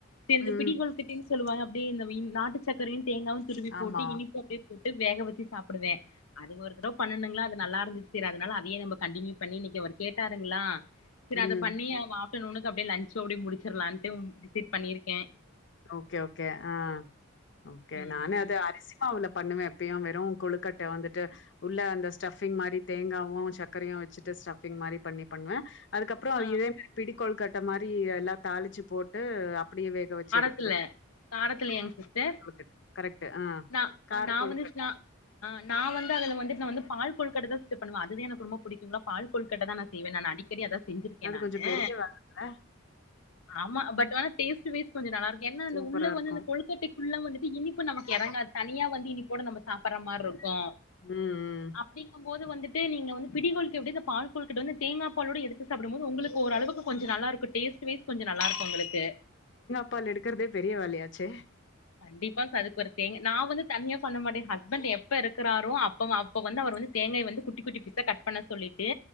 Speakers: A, on the left (about 90°); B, on the left (about 55°).
A: செரி இந்த
B: ம்.
A: பிடி கொழுகட்டையு சொல்லுவாங்க அப்டியே இந் நாட்டு சக்கரையு தேங்காவு துருவி
B: ஆமா.
A: போட்டு இனிப்பும் அப்டியே போட் வேக வெச்சு சாப்டுவே அது ஒருத்தடவ பண்ணனுங்களா அது நல்லா இருந்துச்சு செரி அதனால அதயே நம்ம கண்டனியூ பண்ணி இன்னிக்கி அவுரு கேட்டாருங்களா செரி
B: ம்.
A: அத பண்ணி ஆ ஆப்டநூன்க்கு அப்டியே லஞ்சு சப்டியே முடிச்சிரலான்ட்டு டிசைட் பண்ணிருக்கே
B: ஓகே ஓகே அ ஓகே
A: ம்
B: நானே அத அரிசிமாவுல பண்ணுவே எப்பயு வெறு கொழுக்கட்ட வந்துட்டு உள்ள அந்த ஸ்டபிங் மாரி தேங்காவு சர்கரையு வச்சுட்டு ஸ்டபிங் மாரி பண்ணி பண்ணுவே அதுக்கப்பறோ
A: ஆ
B: இதே மாரி பிடி கொழுக்கட்ட மாரி எல்லா தாளிச்சு போட்டு அப் பிடியே வேக வச்சு எடு
A: த்துல காரத்துலயாங்க சிஸ்டர்
B: கொழுக்கட்ட கரெக்ட்டு ஆ
A: நா
B: கார
A: நா
B: கொழுக்கட்ட
A: வந்து நா அ நா வந்து அதுல வந்துட்டு நா பால் கொழுக்கட்ட தா சிஸ்டர் பண்ணுவே அதுவே எனக்கு ரொம்ப புடிக்குங்களா பால் கொழுக்கட்ட தா செய்வே நா அடிக்கடி அதா செஞ்சிருக்கே
B: அது
A: நானு
B: கொஞ்சோ பெரிய வேலல்ல
A: ஆமா பட் டேஸ்டுவிஸ் கொஞ்சோ நல்லாருக் ஏன்னா
B: சூப்பரா
A: அந்த உள்ள
B: இருக்கு
A: வந்து அந்த கொழுக்கட்டைக்குள்ள வந்து து இனிப்பு நமக்கு எறங்காது தனியா வந்து இனிப்போடா நம்ப சாப்புற மாரி ருக் கோ
B: ம் ம்
A: அப்பிடிங்கம் போது வந்துட்டு நீங்க வந்து பிடிகொழுக்கு எப்டியோ இந்த பால்கொழுக்காட்ட வந்து தேங்கா பாலோடு ஏடுத்து சாப்புடும் போது உங்களுக்கு ஓர் அளவுக்கு கொஞ்சோ நல்லா இருக்கு டேஸ்டு வைஷ் கொஞ்சே நல்லாருக் உங்களுக்கு
B: ப்பால் எடுக்கறதே பெரிய வேலையாச்சே
A: கண்டிப்பா <unintelligible> தேங் நா வந்து தன்னியா பண்ணமாட்டே ஹஸ்பண்ட் எப்ப இருக்குறாரோ அப்ப அப்ப வந்து அவர் வந்து தேங்காய் வந்து குட்டி குட்டி பிசா கட் பண்ண சொல்லிட் ட்டு